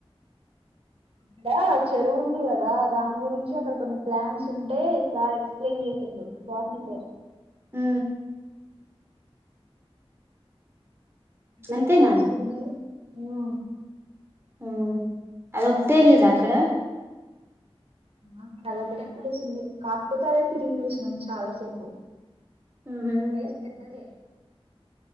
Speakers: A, on the right (about 70°); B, on the right (about 25°).
A: అక్కడ చెరువు ఉంది కదా, దాని గురించి అక్కడ కొన్ని ప్లాన్స్ ఉంటే సార్ ఎక్స్ ప్లన్ చేసిండు బాట్ని సార్
B: ఊ
A: ఏవరైనా
B: అంతేనా
A: తీసుకున్నార ఆ
B: ఊ అదొకటే ఎలీడ్రా అక్కడ
A: ఆ అక్కడ అదొటే కలిసింది కాకపోతే అదే తిరిగి చూసినం చాలాసేపు
B: ఉహు
A: ప్లేస్ పెద్దద్దే